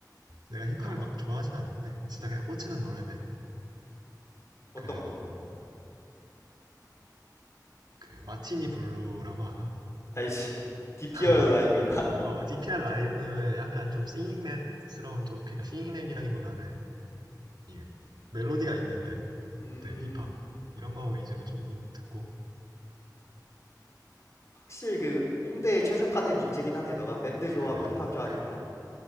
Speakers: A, on the right (about 80°); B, on the left (about 40°).
A: 내가 힙합을
B: 어
A: 막 좋아하진 않는데 진짜 그냥 꽂히는 노래들
B: 어떤
A: 그
B: 거?
A: 뭐 그 마티니 블루라고 하나?
B: 알지? <laughs> 디피
A: <laughs>
B: r <laughs> 라이브였나?
A: 어, DPR 라이브의 약간 좀 싱잉랩스러운 좀 그러니까 싱잉랩이라기보다는 이 멜로디가 있는 랩들
B: 음,
A: 힙합 이런 거 위주로 조금 듣고
B: 확실히 그 홍대에 최적화된 인재긴 하네. 너가 밴드 좋아하고
A: 아니 아니
B: 힙합 좋아하니까.
A: 그-